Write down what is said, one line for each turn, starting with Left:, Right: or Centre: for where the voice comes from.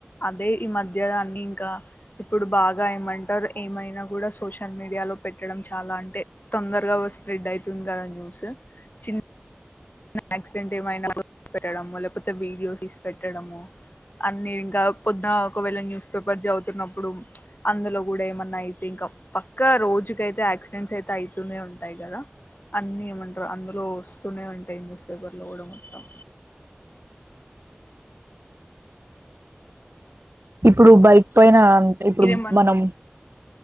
Left: అదే ఈ మధ్య దాన్ని ఇంకా ఇప్పుడు బాగా ఏమంటారు ఏమైనా కూడా సోషల్ మీడియాలో పెట్టడం చాలా అంటే తొందరగా స్ప్రెడ్ అయితుంది కదా న్యూస్ చిన్న యాక్సిడెంట్ ఏమైనా పెట్టడము లేకపోతే వీడియో తీసి పెట్టడము అన్ని ఇంకా పొద్దున ఒకవేళ న్యూస్ పేపర్ చదువుతున్నప్పుడు అందులో కూడా ఏమన్నా అయితే ఇంకా పక్క రోజుకైతే యాక్సిడెంట్స్ అయితే అయితూనే ఉంటాయి కదా. అన్ని ఏమంటరు అందులో వస్తూనే ఉంటాయి. న్యూస్ పేపర్ లో కూడా మొత్తం
Right: ఇప్పుడు బైక్ పైన
Left: మీరేమన్నా
Right: ఇప్పుడు మనం